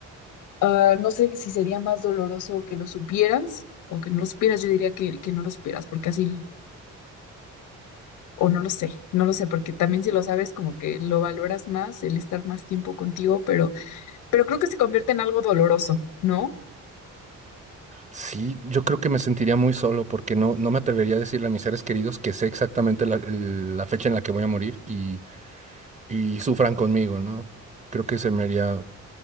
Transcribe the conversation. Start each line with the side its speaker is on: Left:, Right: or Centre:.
Left: ah, no sé si sería más doloroso que lo supieras o que no lo supieras, yo diría que, que no lo supieras, porque así O no lo sé, no lo sé, porque también si lo sabes, como que lo valoras más, el estar más tiempo contigo, pero, pero creo que se convierte en algo doloroso, ¿no?
Right: Sí, yo creo que me sentiría muy solo porque no, no me atrevería a decirle a mis seres queridos que sé exactamente la, el- la fecha en la que voy a morir y y sufran conmigo, ¿no? Creo que se me haría